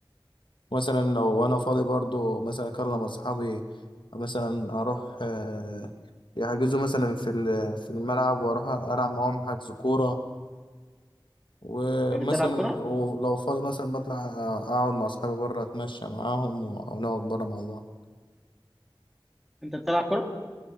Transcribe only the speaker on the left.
مثلا لو أنا فاضي برضو مثلا أكلم أصحابي مثلا أروح آه، يحجزوا مثلا في ال- في الملعب وأروح ألعب معاهم حجز كورة ومثلا
ولو فاضي مثلا بطلع آه، أقعد مع أصحابي بره أتمشى معاهم ونقعد بره مع بعض